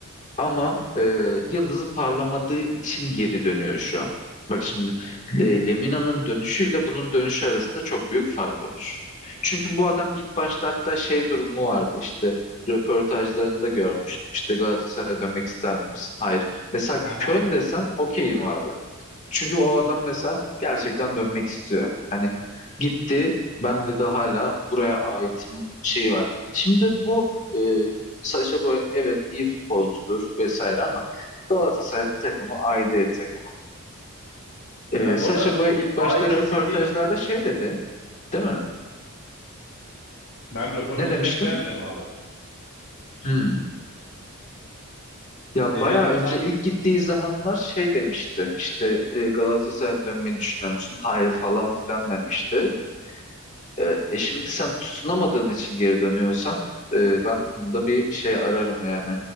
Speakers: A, on the left; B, on the left.
A: ama e, yıldızı parlamadığı için geri dönüyor şu an. Bak şimdi e, Lemina'nın dönüşüyle bunun dönüşü arasında çok büyük fark olur. Çünkü bu adam ilk başta hatta şey durumu vardı işte röportajlarında görmüştüm. İşte Galatasaray'a dönmek ister misin? Hayır. Mesela
B: Aha.
A: Köln desen okeyim abi. Çünkü o adam mesela gerçekten dönmek istiyor. Hani gitti, ben de hala buraya aitim şeyi var. Şimdi bu e, Sacha Boey evet iyi futbolcudur vesaire ama Galatasaray takımı aidiyet takımı. E,
B: Ben
A: Sacha
B: bu arada
A: Boey ilk
B: ait
A: başta röportajlarda
B: hissettiğini
A: şey dedi, değil mi?
B: Ben röportajı
A: Ne demiştin?
B: denk gelmedim abi.
A: Hmm. Ya
B: Ne
A: bayağı
B: dediğini
A: önce
B: tam
A: ilk gittiği zamanlar şey demişti. İşte e, Galatasaray'a dönmeyi düşünüyor musun? Hayır falan filan demişti. E, e şimdi sen tutunamadığın için geri dönüyorsan e, ben bunda bir şey ararım yani.